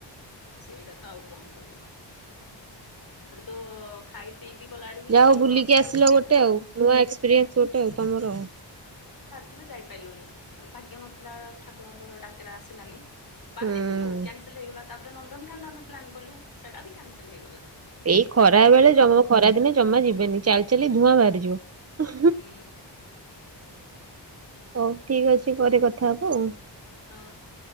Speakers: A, on the left (about 50°); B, on the right (about 35°).
A: ସେଇଟା ତ ଆଉ କଣ କରିବା। ଏଠୀ ତ। ପିଇକି ଗଲା ଆଡିକି
B: ଯା ହଉ ବୁଲିକି
A: ତିନିଟା
B: ଆସିଲ
A: ଠିକି ଟ୍ରେନ
B: ଗୋଟେ ଆଉ ନୂଆ ଏକ୍ସପିରିଏନ୍ସ ଗୋଟେ ଆଉ ତମର ଆଉ
A: ଥିଲୁ ଯାଇପାରିଲୁଣି ଭାଗ୍ୟ ନଥିଲା ଠାକୁରଙ୍କର ଡାକରା ଆସିଲାନି। ବାହାରିଥିଲୁ
B: ହୁଁ
A: କ୍ୟାନସଲ ହେଇଗଲା ତାପରେ ନନ୍ଦନକାନନ ପ୍ଲାନ୍ କଲୁ ସେଇଟା ବି କ୍ୟାନସଲ୍ ହେଇଗଲା।
B: ଏଇ ଖରା
A: ଛାଡ
B: ବେଳେ ଜମା ଖରା ଦିନେ ଜମା ଯିବେନି ଚାଲି ଚାଲି ଧୂଆଁ ବାହାରିଯିବ। <unintelligible>
A: ହୁଁ
B: ହଉ ଠିକ ଅଛି ପରେ କଥା ହବ ଆଉ
A: ହଁ ହଁ।